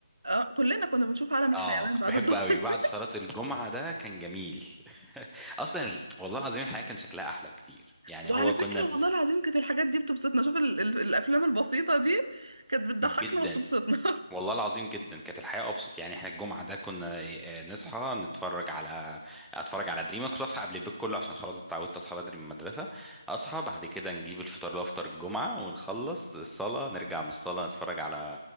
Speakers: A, on the right; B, in the centre.
A: اه كلنا كنا بنشوف عالم الحيوان
B: اه كنت
A: بعد
B: بحبه
A: الظهر
B: قوي بعد
A: <laughs>
B: صلاة الجمعة ده كان جميل <laughs> اصلا ال- والله العظيم الحياة كان شكلها احلى بكتير يعني
A: وعلى
B: هو
A: فكرة
B: كنا
A: والله العظيم كانت الحاجات دي بتبسطنا شوف ال ال الأفلام البسيطة دي كانت بتضحكنا
B: جدا
A: وبتبسطنا
B: والله العظيم جدا كانت الحياة أبسط يعني احنا الجمعة ده كنا آه، نصحى نتفرج على أتفرج على دريمة كنت أصحى قبل البيت كله عشان خلاص اتعودت أصحى بدري من المدرسة أصحى بعد كده نجيب الفطار اللي هو فطار الجمعة ونخلص الصلاة نرجع من الصلاة نتفرج على